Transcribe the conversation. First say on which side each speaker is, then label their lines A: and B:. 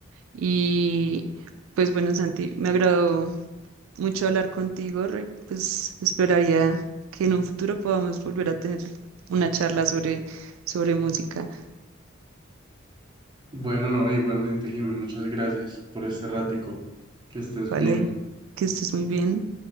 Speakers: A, on the right (about 85°); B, on the right (about 20°).
A: Y pues bueno, Santi, me agradó mucho hablar contigo, re- pues esperaría que en un futuro podamos volver a tener una charla sobre, sobre música,
B: Bueno, no, igualmente, Jimmy, muchas gracias por este ratico. Que estés
A: ¿vale?
B: bien.
A: Que estés muy bien.